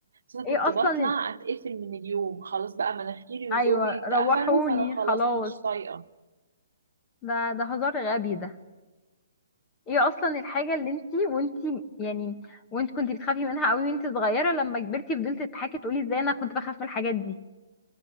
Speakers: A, on the right; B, on the left.
A: بس انا كنت
B: ايه اصلا
A: بطلع اتقفل من اليوم خلاص بقى مناخيري وزوري
B: ايوه
A: اتقفلوا
B: روحوني
A: فانا خلاص
B: خلاص
A: مش طايقة
B: ده ده هزار غبي ده ايه اصلا الحاجة اللي انتي وانتي يعني وانت كنتي بتخافي منها قوي وانتي صغيرة لما كبرتي فضلتي تضحكي تقولي ازاي انا كنت بخاف من الحاجات دي